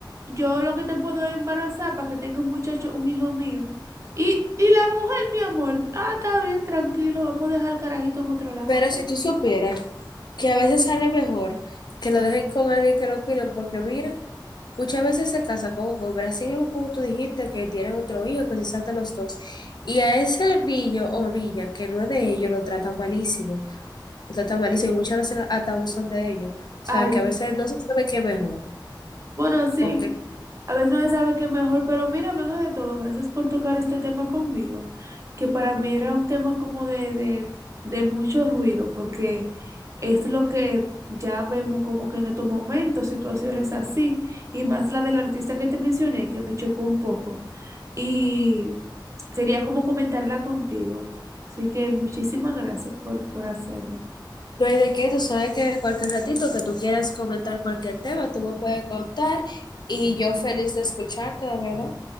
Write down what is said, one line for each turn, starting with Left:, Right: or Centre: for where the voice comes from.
Right: Yo lo que te puedo es embarazar para que tengas un muchacho, un hijo mío. Y, y la mujer, mi amor, ah, está bien, tranquilo, vamos a dejar al carajito en otro lado.
Left: Pero si tú supieras que a veces sale mejor que lo dejes con alguien que lo cuide, porque mira, muchas veces se casa con un hombre, así mismo como tú dijiste que tienen otro hijo, que se saltan los dos, y a ese niño o niña que no es de ellos lo tratan malísimo, lo tratan malísimo y muchas veces hasta abusan de ellos. O sea,
Right: Ay,
Left: que a veces no se sabe qué es mejor.
Right: bueno, sí.
Left: Ok.
Right: A veces no se sabe qué mejor, pero mira, hablando de todo, gracias por tocar este tema conmigo, que para mí era un tema como de, de, de mucho ruido, porque es lo que ya vemos como que en estos momentos, situaciones así, y más la del artista que te mencioné, que me chocó un poco, y quería como comentarla contigo. Así que muchísimas gracias por, por hacerlo.
Left: No hay de qué, tú sabes que cualquier ratito que tú quieras comentar cualquier tema, tú me puedes contar y yo feliz de escucharte, de verdad.